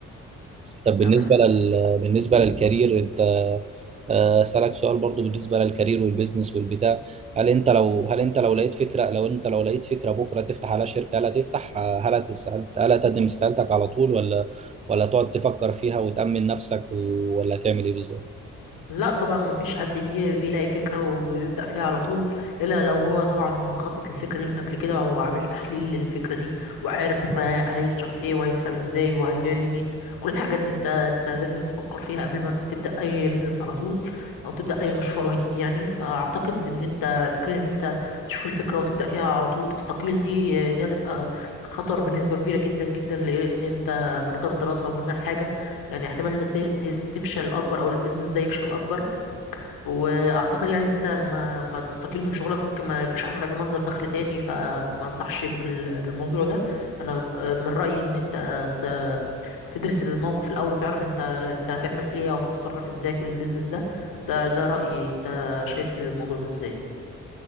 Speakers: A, on the right; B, on the left.
A: طب بالنسبة
B: تمام
A: لل بالنسبة للكارير انت آه، أسألك سؤال برضو بالنسبة للكارير والبيزنس والبتاع هل انت لو هل انت لو لقيت فكرة لو انت لو لقيت فكرة بكرة تفتح على شركة هل هتفتح آه، هل هتس- هل هتقدم استقالتك على طول ولا ولا تقعد تفكر فيها وتأمن نفسك و- ولا تعمل ايه بالظبط
B: لا طبعا مفيش حد بي- بيلاقي فكرة ويبدأ فيها على طول إلا لو هو طبعا مخطط للفكرة دي من قبل كده وعامل تحليل للفكرة دي وعارف آه، هيصرف ايه وهيكسب ازاي وهيبيع لمين كل الحاجات دي انت انت لازم تفكر فيها قبل ما تبدأ أي بيزنس على طول أو تبدأ أي مشروع جديد يعني فأعتقد إن انت فكرة إن انت تشوف الفكرة وتبدأ فيها على طول وتستقيل دي دي هتبقى خطر بنسبة كبيرة جدا جدا لأن انت من غير دراسة ومن غير حاجة يعني احتمال انت ت- ت- تفشل اكبر او البيزنس ده يفشل اكبر واعتقد يعني انت ما ما تستقيل من شغلك ممكن ما يبقاش عندك مصدر دخل تاني فما انصحش بال- بالموضوع ده انا من من رأيي ان انت ت- تدرس الموقف الاول وتعرف انت انت هتعمل ايه او هتتصرف ازاي في البيزنس ده ده ده رأيي انت شايف الموضوع ده ازاي